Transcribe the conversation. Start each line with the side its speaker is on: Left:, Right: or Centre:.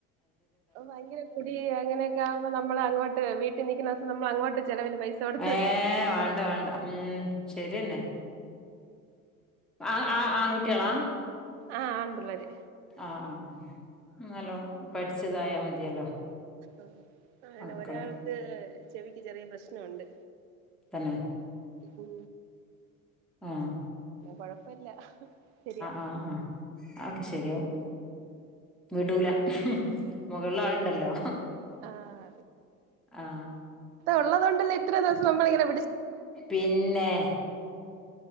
Right: ഭയങ്കര കുടി അങ്ങനെയൊക്കെ ആകുമ്പോ നമ്മള് അങ്ങോട്ട് വീട്ടിൽ നിക്കുന്നം നമ്മൾ അങ്ങോട്ട് ചെലവിന് പൈസ കൊടുത്ത്
Centre: ഏഹ് വേണ്ട
Right: നോക്കണം
Centre: വേണ്ട ഉം ശരിന്നെ ആഹ് ആഹ് ആൺകുട്ടിയളാം
Right: ആഹ് ആൺപിള്ളേര്
Centre: ആഹ് ആഹ് ആ എന്നാലോ പഠിച്ചതായാ മതിയല്ലോ
Right: ആഹ് അങ്ങനെ
Centre: മക്കള്
Right: ഒരാൾക്ക് ചെവിക്ക് ചെറിയ പ്രശ്നംണ്ട്
Centre: തന്നെ
Right: ഉം
Centre: ആഹ്
Right: കൊഴപ്പല്ല ശരിയാവും
Centre: ആ ആ അതൊക്കെ ശരിയാവും വിടൂല മുകളില ആളണ്ടല്ലോ
Right: ആഹ്
Centre: ആഹ
Right: ഉള്ളതൊണ്ടല്ല ഇത്ര ദിവസം നമ്മള ഇങ്ങനെ
Centre: പിന്നെ